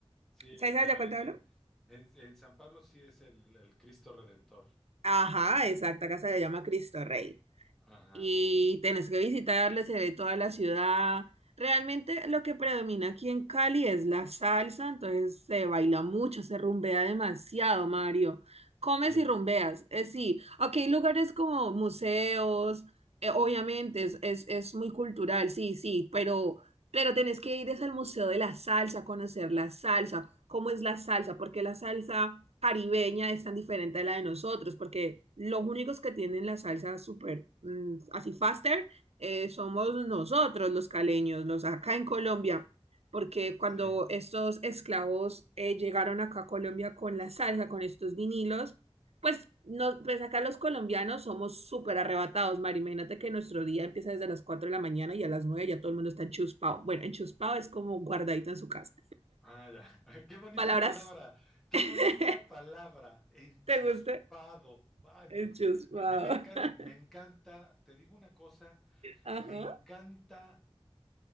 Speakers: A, in the centre; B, on the right (about 75°).
A: sí, eh,
B: ¿Sabes
A: bueno,
B: sabes de cuál
A: el-
B: te hablo?
A: en, en- en San Pablo sí es el, el Cristo Redentor.
B: Ajá, exacto, acá se le llama Cristo Rey.
A: Ajá,
B: y tenés que visitarle, se ve toda la ciudad. Realmente lo que predomina aquí en Cali es la salsa, entonces se baila mucho, se rumbea demasiado, Mario. Comes
A: sí,
B: y rumbeas, eh, sí. Aquí hay lugares como museos, eh, obviamente es, es, es muy cultural, sí, sí, pero pero tenés que ir es al Museo de la Salsa, a conocer la salsa, cómo es la salsa, porque la salsa caribeña es tan diferente a la de nosotros, porque los únicos que tienen la salsa súper mm, así faster eh, somos nosotros los caleños, los acá en Colombia, porque cuando
A: sí,
B: estos esclavos eh, llegaron acá a Colombia con la salsa, con estos vinilos, pues, no, pues acá los colombianos somos súper arrebatados, Mari. Imagínate que nuestro día empieza desde las 4 de la mañana y a las 9 ya todo el mundo está enchuspado. Bueno, enchuspado es como guardadito en su casa.
A: Ah, ya. <laughs> Qué bonita
B: ¿Palabras?
A: palabra, qué bonita
B: <laughs>
A: palabra, enchuspado.
B: ¿Te gusta?
A: Ay, me-
B: Enchuspado.
A: a mí me encanta,
B: <laughs>
A: me encanta, te digo una cosa,
B: Ajá.
A: me encanta